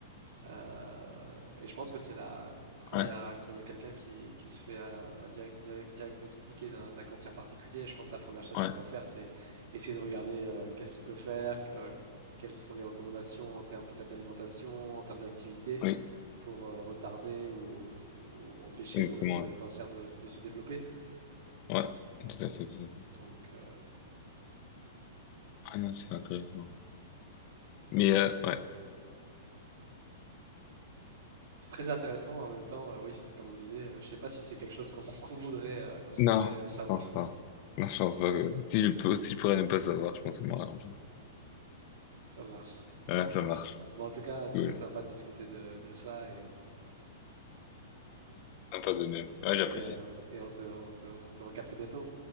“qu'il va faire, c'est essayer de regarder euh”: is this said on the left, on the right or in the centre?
Right